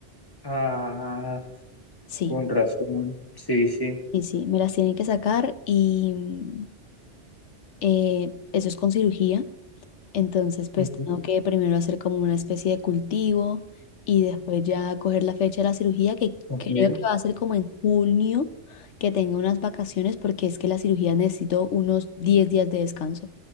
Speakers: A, on the left; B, on the left.
A: Ah,
B: Sí,
A: con razón. Sí, sí.
B: sí, sí, me las tienen que sacar y mm, eh, eso es con cirugía. Entonces, pues
A: Ujú,
B: tengo que primero hacer como una especie de cultivo y después ya coger la fecha de la cirugía, que
A: ok.
B: creo que va a ser como en junio, que tenga unas vacaciones porque es que la cirugía necesito unos 10 días de descanso